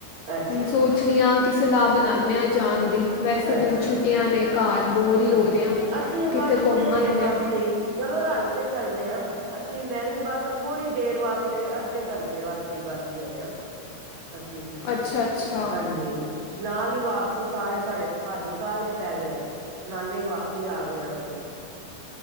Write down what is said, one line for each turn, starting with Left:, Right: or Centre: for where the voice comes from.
Right: ਅੱਛਾ
Left: ਹੁਣ ਸੋਚ
Right: ਜੀ
Left: ਨੀਆ ਕਿ ਸਲਾਹ ਬਨਾਨੇ ਆ ਜਾਨ ਦੀ। ਵੈਸੇ ਵੀ
Right: ਅੱਛਾ
Left: ਹੁਨ ਛੁੱਟੀਆਂ
Right: ਜੀ
Left: ਨੇ ਘਾਰ ਬੋਰ ਈ ਹੋ
Right: ਅੱਛਾ
Left: ਰੇ ਆਂ,
Right: ਅਸੀਂ
Left: ਕਿਤੇ
Right: ਬਸ ਥੋੜ੍ਹੀ
Left: ਘੁੰਮ ਆਂਨੇ
Right: ਦੇਰ ਵਾਸਤੇ
Left: ਆਂ।
Right: ਹੀ ਚਲੋ ਰਾੱਲ ਕੇ ਚੱਲਨੇ ਆਂ, ਅਸੀ ਵੀ ਮੈਂ ਵੀ ਬਾੱਸ ਥੋੜੀ ਦੇਰ ਵਾਸਤੇ, ਅੱਧੇ ਘੰਟੇ ਵਾਸਤੇ ਈ ਬਾੱਸ ਗਏ ਆਂ। ਅਸੀ,
Left: ਅੱਛਾ ਅੱਛਾ
Right: ਹਾਂਜੀ। ਨਾਲ ਈ ਵਾਪਸੀ, ਸਾਰੇ ਤੂਆਡੇ ਭਾਜੀ ਕ੍ਹਾਲੇ ਪੈ ਗਏ, ਨਾਲੇ ਈ ਵਾਪਸੀ ਆਗੇ ਆਂ ਅਸੀ।